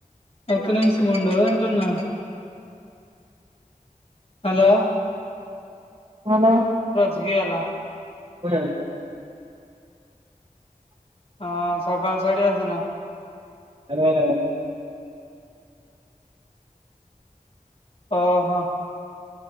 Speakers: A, on the left (about 45°); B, on the right (about 40°).
A: ఒక్క నిమిషంముండు అంటున్నా, హలో
B: హలో
A: చేయాలా
B: ఉ
A: ఆ సోకలు సారి చేస్తున్న
B: హాలో
A: ఓహో